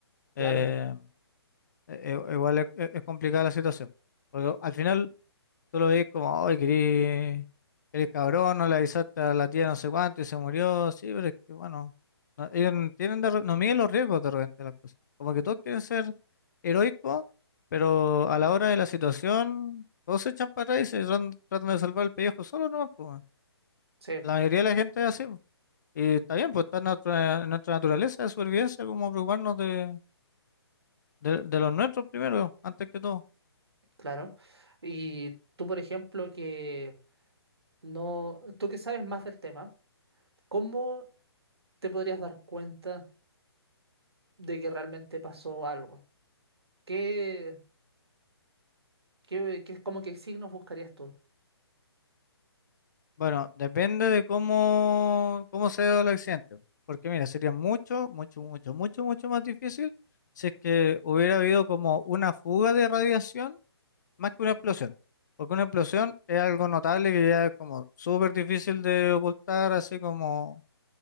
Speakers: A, on the left; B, on the right.
A: eh,
B: Claro,
A: e- e- igual es, es- es complicada la situación. Porque al final, Tú lo ves como, ay, querés, eres cabrón, no le avisaste a la tía no sé cuánto y se murió. Sí, pero es que bueno, no, ellos no tienen de re- no miden los riesgos de repente las cosas. Como que todos quieren ser heroicos, pero a la hora de la situación, todos se echan para atrás y se tran- tratan de salvar el pellejo solo, ¿no? Pues, weón.
B: sí,
A: la mayoría de la gente es así. po. Y está bien, pues está en nuestra, en nuestra naturaleza de supervivencia, como preocuparnos de, de, de los nuestros primero, antes que todo.
B: claro. Y tú, por ejemplo, que no, tú que sabes más del tema, ¿cómo te podrías dar cuenta de que realmente pasó algo? ¿Qué, ¿Qué, qué, como que signos buscarías tú?
A: Bueno, depende de cómo, cómo se dio el accidente. Porque mira, sería mucho, mucho, mucho, mucho, mucho más difícil si es que hubiera habido como una fuga de radiación más que una explosión. Porque una explosión es algo notable que ya es como súper difícil de ocultar, así como